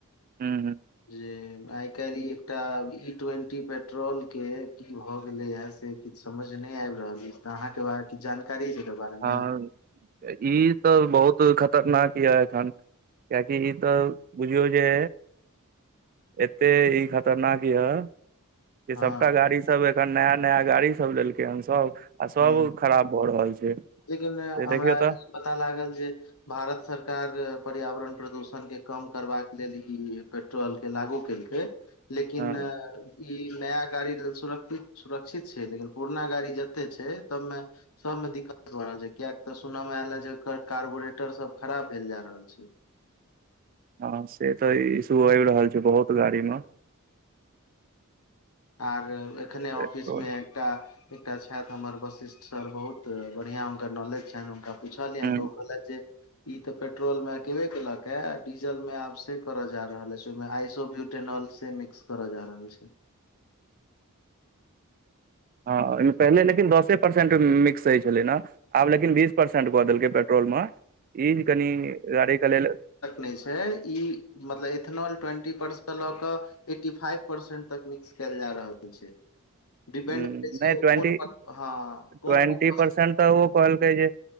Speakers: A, on the right (about 40°); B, on the left (about 80°).
A: हू ह
B: जे आइ काल्हि ई एकटा इ ट्वेंटी पेट्रोल के की भए गेले ये से किछु समझ नहि आबि रहल अछि तऽ अहाँके बार किछु जानकारी छै एकर बारे
A: हँ
B: मे
A: ई तऽ बहुत खतरनाक यऽ एखन कियाकि ई तऽ बुझियौ जे एते ई खतरनाक य जे सभटा
B: हँ
A: गाड़ी सब एखन नया नया गाड़ी सब लेलकै हम सभ आ सब
B: ह
A: खराब भऽ रहल छै
B: लेकिन
A: से देखियौ
B: हमरा
A: तऽ
B: पता लागल जे भारत सरकार पर्यावरण प्रदूषणके कम करबाक लेल ई पेट्रोल के लागू केलकै लेकिन
A: हँ
B: ई नया गाड़ी लेल सुरक्षित सुरक्षित छै लेकिन पुरना गाड़ी छै तैमे सब मे दिक्कत भ रहल छै कियक तऽ सुनय मे आयले जे ओकर कारबोरेटर सब खराब भेल जा रहल छै
A: हँ से तऽ इसू आब रहल छै बहुत गाड़ी मे
B: आर एखने ऑफिस
A: पेट्रोल
B: मे एकटा एकटा छथि हमर वशिष्ठ सर बहुत तऽ बढ़िआँ हुनकर नॉलेज छनि हुनका पुछलियनि
A: हूँ
B: तऽ ओ कहलथि जे इ ते पेट्रोल में अकेबेकेलक ह डीजल में आब से कर जा रहले अछि में आइसो ब्यू टेनल से मिक्स कर जा रहल छै
A: हँ ओहिमे पहिले लेकिन दसे परसेंट मिक्स होय छलै ने आब लेकिन बीस परसेंट कऽ देलकै पेट्रोल मे ई कनि गाड़ी के लेल
B: नै छै ई मतलब इथेनॉल ट्वेंटी परसेंट लऽ क एट्टी फाइव परसेंट तक मिक्स कयल जा रहल छै डिपेंड
A: हुँ,
B: छै
A: नहि ट्वेंटी
B: ह प्र
A: ट्वेंटी
B: प
A: परसेंट तऽ ओ कहलकै जे